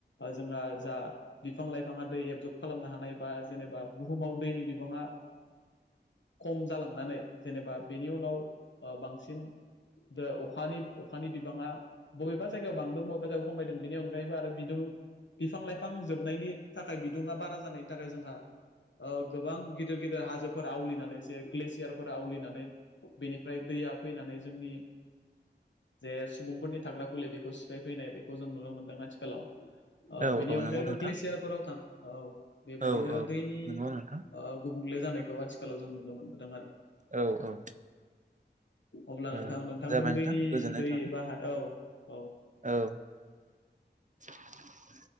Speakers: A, on the left; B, on the right.
A: जोंहा जा बिफां-लाइफाङा दै एबजब खालामनो हा नायबा जेनेबा बुहुमाव दैनि बिबाङा खम जालांनानै जेनेबा बेनि उनाव ओ बांसिन द अखानि अखानि बिबाङा बबेबा जायगायाव बांदों बबेबा जायगायाव खमायदों बेनि अनगायैबो आरो बिदुं बिफां-लाइफां जोबनायनि थाखाय बिदुङा बारा जानायनि थाखाय जोंहा ओ गोबां गिदिर गिदिर हाजोफोर आवलिनानै जे ग्लेसियारफोरा आउलिनानै बेनिफ्राय दैया फैनानै जोंनि जे सुबुंफोरनि थाग्रा खुलि बेखौ सिफायफैनाय बेखौ जों नुनो मोनदों आथिखालाव। ओ
B: औ
A: बेनि
B: औ
A: अनगायैबो
B: नंगौ नोंथां
A: ग्लेसियारफोराव था औ बेबायदिनो
B: औ औ
A: दैनि
B: नंगौ नोंथां
A: ओ गुबुंले जानायखौ आथिखालाव जों नुनो मोनबोदों आरो।
B: औ औ
A: अब्ला नोंथां
B: औ
A: नोंथांजों
B: जाबाय नोंथां
A: दैनि
B: गोजोननाय
A: दै
B: थाबाय
A: एबा हाद औ औ
B: औ <inaudible>